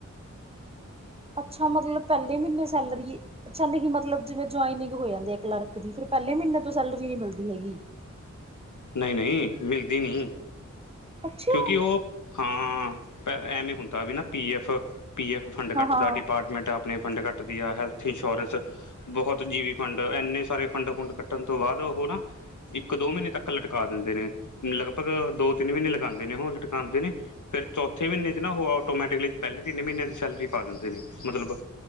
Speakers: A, on the right (about 20°); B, on the left (about 80°).
A: ਅੱਛਾ, ਮਤਲਬ, ਪਹਿਲੇ ਮਹੀਨੇ ਸੈਲਰੀ। ਅੱਛਾ ਨਹੀਂ ਮਤਲਬ ਜਿਵੇਂ ਜੁਆਇਨਿੰਗ ਹੋ ਜਾਂਦੀ ਹੈ ਕਲਰਕ ਦੀ, ਫਿਰ ਪਹਿਲੇ ਮਹੀਨੇ ਤੋਂ ਸੈਲਰੀ ਨੀ ਮਿਲਦੀ ਹੈਗੀ।
B: ਨਹੀਂ - ਨਹੀਂ, ਮਿਲਦੀ ਨਹੀਂ।
A: ਅੱਛਾ
B: ਕਿਉਂਕਿ ਉਹ ਹਾਂ ਪ ਐਵੇਂ ਹੁੰਦਾ ਵੀ ਨਾ ਪੀ-ਐੱਫ, ਪੀ - ਐਫ। ਫੰਡ
A: ਹਾਂ
B: ਕੱਟਦਾ,
A: ਹਾਂ
B: ਡਿਪਾਰਟਮੈਂਟ ਆਪਣੇ ਫੰਡ ਕੱਟਦੀ ਆ, ਹੈਲਥ ਇੰਸ਼ੋਰਸ ਬਹੁਤ ਜੀਵੀ ਫੰਡ, ਇੰਨੇ ਸਾਰੇ ਫੰਡ ਫੁੰਡ ਕੱਟਣ ਤੋਂ ਬਾਦ ਉਹ ਨਾ। ਇੱਕ ਦੋ ਮਹੀਨੇ ਤੱਕ ਲਟਕਾ ਦਿੰਦੇ ਨੇ, ਲਗਭਗ ਦੋ ਤਿੰਨ ਮਹੀਨੇ ਲਗਾਉਂਦੇ ਨੇ ਉਹ ਲਟਕਾਉਂਦੇ ਨੇ। ਫਿਰ ਚੌਥੇ ਮਹੀਨੇ ਚ ਨਾ ਉਹ ਆਟੋਮੈਟਿਕਲੀ ਪਹਿਲੇ ਤਿੰਨ ਮਹੀਨੇ ਦੀ ਸੈਲਰੀ ਪਾ ਦਿੰਦੇ ਨੇ ਮਤਲਬ।